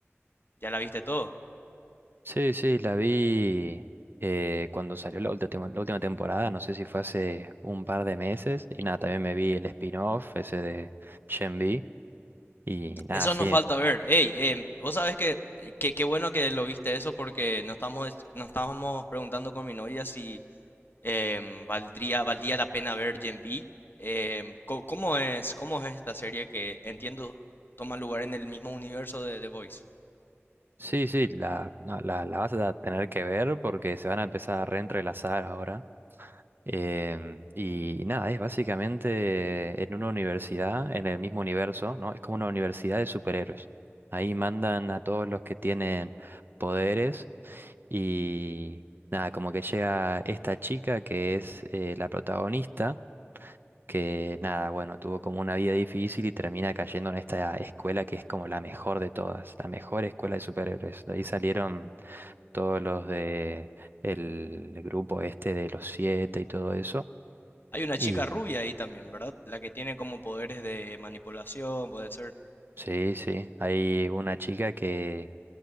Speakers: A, on the left (about 50°); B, on the right (about 50°).
A: ¿Ya la viste todo?
B: Sí, sí, la vi eh, cuando salió la última, la última temporada, no sé si fue hace un par de meses. Y nada, también me vi el spin-off ese de Gen V. Y nada,
A: Eso
B: sí,
A: nos falta ver. Ey, em, vos sabés que, que- qué bueno que lo viste eso porque nos estamos, nos estábamos preguntando con mi novia si em, valdría, valdría la pena ver Gen B. Em, co- ¿cómo es, cómo es esta serie que entiendo toma lugar en el mismo universo de The Voice?
B: Sí, sí, la, la, la- la vas a tener que ver porque se van a empezar a reentrelazar ahora. Em, y nada, es básicamente en una universidad, en el mismo universo, ¿no? Es como una universidad de superhéroes. Ahí mandan a todos los que tienen poderes y nada, como que llega esta chica que es eh, la protagonista que nada, bueno, tuvo como una vida difícil y termina cayendo en esta escuela que es como la mejor de todas, la mejor escuela de superhéroes. De ahí salieron todos los de el grupo este de los siete y todo eso.
A: Hay una chica
B: Y
A: rubia ahí también, ¿verdad? La que tiene como poderes de manipulación, puede ser.
B: sí, sí, hay una chica que